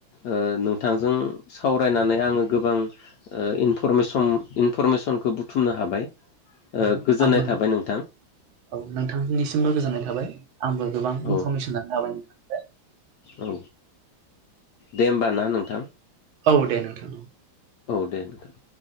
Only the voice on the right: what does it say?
औ
आंबो
औ नोंथांनिसिमबो गोजोननाय थाबाय आंबो गोबां
इन्फर्मेशन लानो हाबाय नोंथां।
औ दे नोंथां औ।